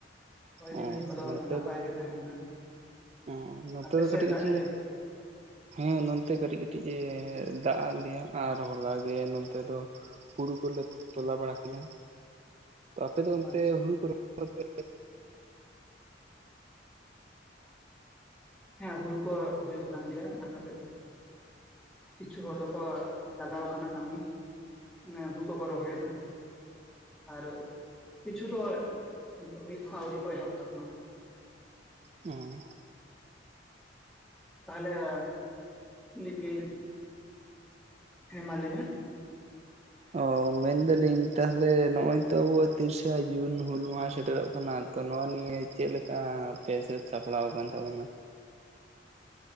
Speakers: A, in the centre; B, on the right.
A: ᱦᱚᱭ ᱨᱤᱢᱤᱞ
B: ᱚ
A: ᱠᱚᱫᱚ
B: ᱱᱚᱛᱮ
A: ᱱᱟᱯᱟᱭ
B: ᱫᱚ
A: ᱜᱮ ᱛᱟᱦᱮᱸ ᱠᱟᱱᱟ᱾
B: ᱚ ᱱᱚᱛᱮ
A: ᱟᱯᱮ
B: ᱫᱚ
A: ᱥᱮᱫ
B: ᱠᱟᱹᱴᱤᱡ
A: ᱫᱟᱜ
B: ᱠᱟᱹᱴᱤᱡ
A: ᱞᱮᱫᱟᱭ
B: ᱦᱮᱸ ᱱᱚᱱᱛᱮ ᱠᱟᱹᱴᱤᱡ ᱠᱟᱹᱴᱤᱡ ᱮ ᱫᱟᱜ ᱟᱫ ᱞᱮᱭᱟ ᱟᱨ ᱦᱚᱞᱟᱜᱮ ᱱᱚᱱᱚᱛᱮ ᱫᱚ ᱦᱩᱲᱩ ᱠᱚᱞᱮ ᱛᱚᱞᱟ ᱵᱟᱲᱟ ᱠᱮᱫᱟ᱾
A: <inaudible>
B: ᱛᱚ ᱟᱯᱮᱫᱚ ᱮᱱᱛᱮ
A: ᱚ, ᱟᱪᱪᱷᱟ
B: ᱦᱩᱲᱩ ᱠᱚ ᱨᱚᱲ <inaudible>
A: ᱦᱮᱸ ᱦᱩᱲᱩ ᱠᱚ ᱦᱩᱭᱩᱜ ᱠᱟᱱ ᱜᱮᱭᱟ ᱨᱟᱠᱟᱵᱮᱫ ᱫᱚᱠᱚ ᱠᱤᱪᱷᱩ ᱦᱚᱲ ᱫᱚᱠᱚ ᱞᱟᱜᱟᱣ ᱠᱟᱱᱟ ᱠᱟᱢᱤ ᱢᱟᱱᱮ ᱦᱩᱲᱩ ᱠᱚᱠᱚ ᱨᱚᱦᱚᱭᱮᱫᱟ, ᱟᱨ ᱠᱤᱪᱷᱩ ᱫᱚ ᱱᱤᱛ ᱦᱚᱸ ᱟᱹᱣᱨᱤ ᱠᱚ ᱮᱦᱚᱵ ᱛᱟᱠᱚᱣᱟ᱾
B: ᱚᱸ
A: ᱛᱟᱦᱞᱮ ᱢᱤᱫ ᱫᱤᱱ ᱦᱮᱸ ᱢᱟ ᱞᱟᱹᱭ ᱢᱮ
B: ᱚ ᱢᱮᱱᱫᱟᱞᱤᱧ ᱛᱟᱦᱞᱮ ᱱᱚᱜ-ᱚᱭ ᱛᱚ ᱟᱵᱚᱣᱟᱜ ᱛᱤᱨᱤᱥᱟ ᱡᱩᱱ ᱦᱩᱞ ᱢᱟᱦᱟ ᱥᱮᱴᱮᱨᱚᱜ ᱠᱟᱱᱟ ᱛᱚ ᱱᱚᱣᱟ ᱱᱤᱭᱮ ᱪᱮᱫ ᱞᱮᱠᱟ ᱯᱮ ᱥᱟᱹᱛ ᱥᱟᱯᱲᱟᱣ ᱟᱠᱟᱱ ᱛᱟᱵᱚᱱᱟ